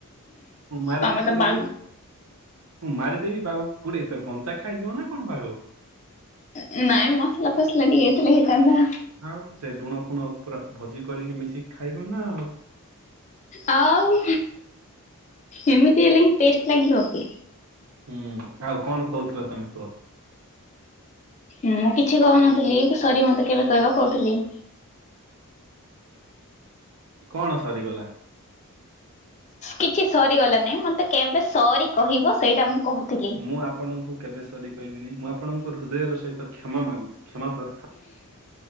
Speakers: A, on the right; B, on the left.
A: ଓ ମାରିକି
B: ତମେ ତ
A: ପୁଡେଇକିରି।
B: ବା
A: ମୁଁ ମାରିଦେବି ବାଘକୁ ପୁଡେଇ ତ କଞ୍ଚା ଖାଇଯିବ ନା କଣ ବାଘକୁ?
B: ଏ ନାଇଁ ମସଲା ଫସଲା ଟିକେ ହେଇଥିଲେ ହେଇ ଥାଆନ୍ତା।
A: ଆଉ ସେ ଲୁଣ ଫୁଣ ପୁରା ଭୋଜି କରିକି ମିଶିକି ଖାଇବ ନା ଆଉ।
B: ଆଉ ଏମିତି ହେଲେ ହିଁ ଟେଷ୍ଟ ଲାଗିବ କି?
A: ହୁଁ, ଆଉ କଣ କହୁଥୁଲ ତୋମେ କୁହ?
B: ମୁଁ କିଛି କହୁନଥିଲି କି ସରି ମୋତେ କେବେ କହିବ କହୁଥିଲି।
A: କଣ ସରିଗଲା?
B: କିଛି ସରିଗଲା ନାହିଁ। ମୋତେ କେବେ ସରି କହିବ ସେଇଟା ମୁଁ କହୁଥିଲି?
A: ମୁଁ ଆପଣଙ୍କୁ କେବେ ସରି କହିବିନି ମୁଁ ଆପଣଙ୍କ ହୃଦୟର ସହିତ କ୍ଷମା ମାଗୁଛି। କ୍ଷମା ପ୍ରା